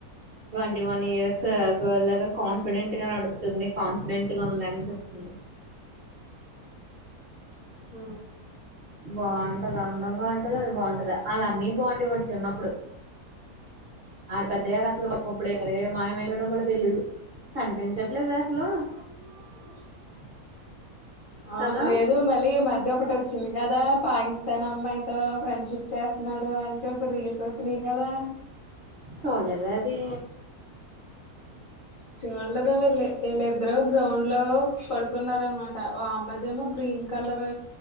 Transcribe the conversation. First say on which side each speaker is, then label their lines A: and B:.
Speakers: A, on the right (about 50°); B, on the left (about 60°).
A: twenty one years <unintelligible> confident గా నడుతుంది కాన్ఫిడెంట్ గా ఉందని చెప్తుంది
B: అ
A: బాగుంటది అందంగా ఉ కదా అది బాగుంటదాఅలా ఆళ్ల అన్నయ్య బాగుండే వాడు చిన్నప్పుడు ఆడు పెద్దయ్యాక అసలు ఇప్పుడు ఎక్కడ మాయమయడో కూడా తెలీదు కనిపించట్లేదు అసలు
B: <inaudible> ఆ
A: కదా
B: లేదు మళ్ళీ మధ్య ఒకటి వచ్చింది కదా పాకిస్తాన్ అమ్మాయితో ఫ్రెండ్షిప్ చేస్తున్నాడు అని చెప్పి రీల్స్ వచ్చినాయి కదా
A: చూలేద అది
B: చూడలేదు <unintelligible> అందరు గ్రౌండ్ లో పడుకున్నార అనమాట ఓ అమ్మదిమో గ్రీన్ కలర్